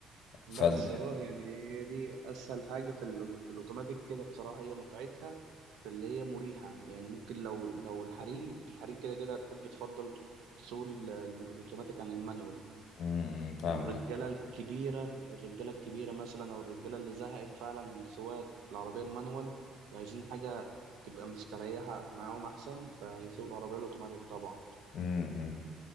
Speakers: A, on the right (about 80°); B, on the left (about 70°).
A: بس
B: فال
A: اه يعني هي دي اسهل حاجه في ال- في الاوتوماتيك كده بصراحه هي متعتها في اللي هي مريحه يعني ممكن لو لو الحريم الحريم كده كده هتحب تفضل سوق ال- الم- الاوتوماتيك عن المانوال
B: امم، فاهمك
A: والرجاله الكبيره الرجاله الكبيره مثلا او الرجاله اللي زهقت فعلا من سواقه العربيه المانوال وعايزين حاجه تبقى مستريحه معاهم احسن فهيسوقوا العربيه الاوتوماتيك طبعا
B: امم.